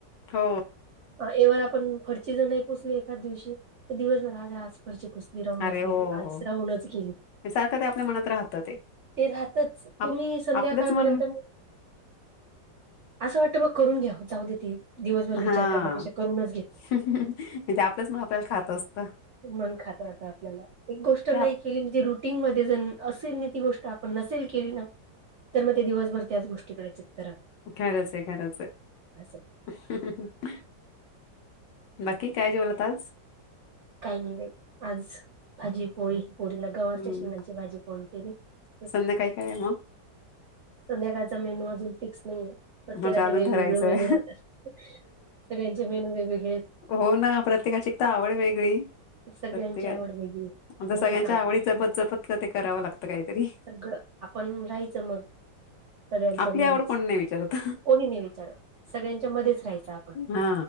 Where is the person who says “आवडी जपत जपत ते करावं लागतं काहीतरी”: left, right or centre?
Left